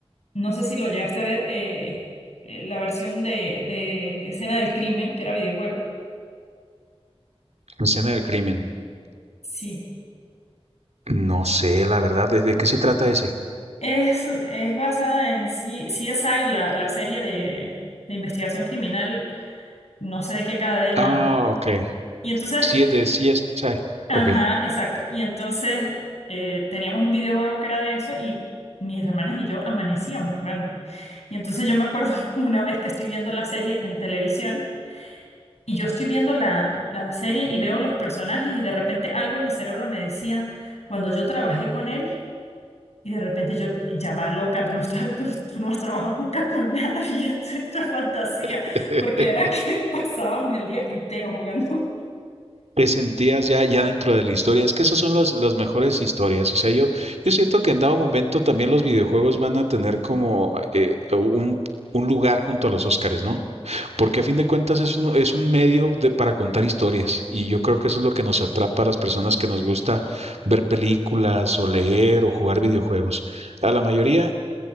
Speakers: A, on the left; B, on the right.
A: no sé si lo llegaste a ver, eh, eh, la versión de, de Escena del Crimen, que era videojuego.
B: escena del crimen.
A: Sí.
B: No sé, la verdad, ¿de de qué se trata ese?
A: Es, es basada en C- CSI, la, la serie de, de investigación criminal, no sé de qué cadena.
B: Ah, ok.
A: Y entonces
B: Sí, de CSI.
A: Ajá,
B: Ok.
A: exacto. Y entonces eh, teníamos un videojuego que era de eso y mis hermanas y yo amanecíamos jugando. Y entonces yo me acuerdo <laughs> una vez que estoy viendo la serie en televisión y yo estoy viendo la, la serie y veo los personajes y de repente algo en mi cerebro me decía, cuando yo trabajé con él, y de repente yo, ya va loca, tú no, estás, tú, tú no has trabajado nunca con nadie, <laughs> esto, esto es fantasía,
B: <laughs>
A: porque era que <laughs> pasábamos el día entero jugando.
B: Te sentías ya ya dentro de la historia. Es que esas son las las mejores historias. O sea, yo yo siento que en dado momento también los videojuegos van a tener como, eh, un un lugar junto a los Óscares, ¿no? Porque a fin de cuentas es un es un medio de para contar historias, y yo creo que eso es lo que nos atrapa a las personas que nos gusta ver películas, o leer, o jugar videojuegos. A la mayoría